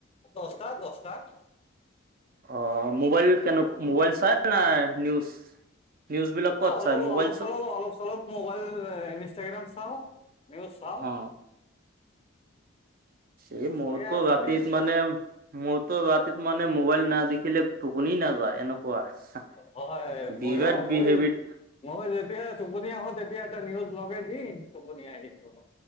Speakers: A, on the left; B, on the right.
A: দস্তাত, দস্তাত।
B: অ', মোবাইল কেনেক, মোবাইল চাই নাই', নিউজ? নিউজ বিলাক ক'ত
A: অ', অলপ,
B: চাই মোবাইলছত?
A: অলপ চলপ, অলপ চলপ, মোবাইল এই ইনষ্টাগ্ৰাম চাওঁ, নিউজ চাওঁ।
B: অ' এই মোৰতো
A: এয়া চলি
B: ৰাতিত
A: আছে
B: মানে, মোৰতো ৰাতিত মানে, মোবাইল নাই দেখিলে। টোপনি নাযায় এনকুৱা,
A: অ হয় মইয়ো
B: বিবাদ
A: মই
B: বিহেবিত।
A: মই যেতিয়া টোপনি আহো, তেতিয়া এটা নিউজ লগাই দি। টোপনি আহি যাওঁ,